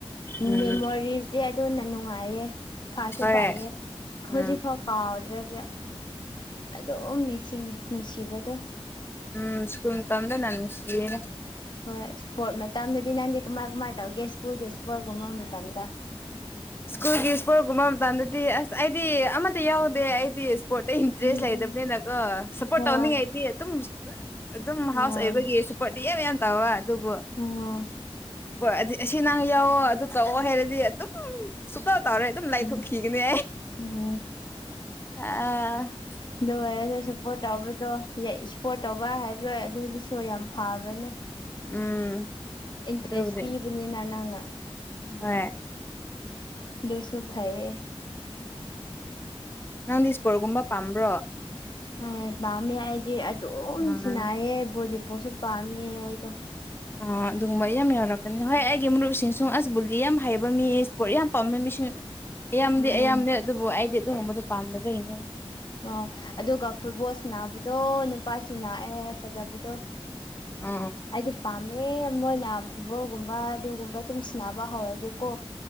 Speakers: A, on the left (about 20°); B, on the left (about 45°).
A: ꯎꯝ
B: ꯃꯦꯃꯣꯔꯤꯁꯇꯤ ꯑꯗꯨꯅ ꯅꯨꯡꯉꯥꯏꯌꯦ ꯐꯁꯨ
A: ꯍꯣꯏ
B: ꯐꯩꯌꯦ ꯍꯧꯖꯤꯛ
A: ꯎꯝ
B: ꯐꯥꯎ ꯀꯥꯎꯗ꯭ꯔꯕ ꯑꯗꯨꯝ ꯅꯤꯡꯁꯤꯡꯉꯤ ꯅꯨꯡꯁꯤꯕꯗꯣ
A: ꯎꯝ ꯁꯀꯨꯜ ꯇꯝꯗꯅ ꯅꯨꯡꯁꯤꯌꯦ
B: ꯍꯣꯏ ꯏꯁꯄꯣꯔꯠ ꯃꯇꯝꯗꯗꯤ ꯅꯪꯗꯤ ꯀꯃꯥꯏ ꯀꯃꯥꯏ ꯇꯧꯒꯦ ꯁ꯭ꯀꯨꯜꯒꯤ ꯏꯁꯄꯣꯔꯠꯀꯨꯝꯕ ꯃꯇꯝꯗ
A: ꯁ꯭ꯀꯨꯜꯒꯤ ꯏꯁ꯭ꯄꯣꯔꯒꯨꯝꯕ ꯃꯇꯝꯗꯗꯤ ꯑꯁ ꯑꯩꯗꯤ ꯑꯃꯠꯇ ꯌꯥꯎꯗꯦ ꯑꯩꯗꯤ ꯁꯄꯣꯔꯠ ꯇ ꯏꯟꯇ꯭ꯔꯦꯁ
B: ꯎꯝ
A: ꯂꯩꯗꯕꯅꯤꯅꯀꯣ ꯁꯄꯣꯔꯠ
B: ꯍꯣꯏ
A: ꯇꯧꯅꯤꯡꯉꯥꯏꯗꯤ ꯑꯗꯨꯝ ꯑꯗꯨꯝ ꯍꯥꯎꯁ
B: ꯑꯥ
A: ꯑꯣꯏꯕꯒꯤ ꯁꯨꯄꯣꯔꯇꯤ ꯌꯥꯝ ꯌꯥꯝ ꯇꯧꯋ ꯑꯗꯨꯕꯨ
B: ꯎꯝ
A: ꯍꯣꯏ ꯑꯗꯨꯗꯤ ꯑꯁꯤ ꯅꯪ ꯌꯥꯎꯑꯣ ꯑꯗꯨ ꯇꯧꯑꯣ ꯍꯥꯏꯔꯗꯤ ꯑꯗꯨꯝ ꯁꯨꯛꯇꯧ ꯇꯧꯔꯣꯢ ꯑꯗꯨꯝ ꯂꯥꯏꯊꯣꯛꯈꯤꯒꯅꯤ
B: ꯎꯝ ꯎꯝ
A: ꯑ
B: ꯑꯗꯨ ꯑꯣꯏꯔꯁꯨ ꯁꯄꯣꯔꯠ ꯇꯧꯕꯗꯣ ꯏꯁꯄꯣꯔꯠ ꯇꯧꯕ ꯍꯥꯏꯕ ꯑꯗꯨꯗꯨꯁꯨ ꯌꯥꯝ ꯐꯕꯅꯦ
A: ꯎꯝ
B: ꯏꯟꯇꯔꯦꯁ
A: ꯑꯗꯨꯕꯨꯗꯤ
B: ꯄꯤꯕꯅꯤꯅ ꯅꯪꯅ ꯎꯝ
A: ꯍꯣꯏ
B: ꯑꯗꯨꯁꯨ ꯐꯩꯌꯦ
A: ꯅꯪꯗꯤ ꯏꯁꯄꯣꯔꯠꯒꯨꯝꯕ ꯄꯥꯝꯕ꯭ꯔꯣ
B: ꯑꯦ ꯄꯥꯝꯃꯦ ꯑꯩꯗꯤ ꯑꯗꯨꯝꯁꯨꯅꯥꯏꯌꯦ
A: ꯑꯥ
B: ꯕꯣꯂꯤꯕꯣꯠꯁꯨ ꯄꯥꯝꯃꯦ ꯑꯩꯗꯣ
A: ꯑ ꯑꯗꯨꯒꯨꯝꯕ ꯌꯥꯝ ꯌꯥꯎꯔꯛꯀꯅꯤ ꯍꯣꯏ ꯑꯩꯒꯤ ꯃꯔꯨꯞꯁꯤꯡꯁꯨ ꯑꯁ ꯕꯨꯜꯂꯤ ꯌꯥꯝ ꯍꯩꯕ ꯃꯤ ꯏꯁꯄꯣꯔꯠ ꯌꯥꯝ ꯄꯥꯝꯕ ꯃꯤꯁꯤꯡ ꯑꯌꯥꯝꯗꯤ
B: ꯎꯝ
A: ꯑꯌꯥꯝꯗꯤ ꯑꯗꯨꯕꯨ ꯑꯩꯗꯤ ꯑꯗꯨꯝ ꯒꯨꯝꯕꯗꯣ ꯄꯥꯝꯗꯕꯩꯒꯤꯅꯦ
B: ꯑꯣ ꯑꯗꯨꯒ ꯐꯨꯠꯕꯣꯜꯁꯤ ꯁꯅꯥꯕꯗꯣ ꯅꯨꯄꯥꯁꯤꯡꯅꯥꯑꯦ ꯐꯖꯕꯗꯣ
A: <unintelligible>
B: ꯑꯩꯗꯣ ꯄꯥꯝꯃꯦ ꯃꯣꯏꯅ ꯐꯨꯠꯕꯣꯜꯒꯨꯝꯕ ꯑꯗꯨꯒꯨꯝꯕ ꯁꯨꯝ ꯁꯟꯅꯕ ꯍꯧꯔꯗꯤꯀꯣ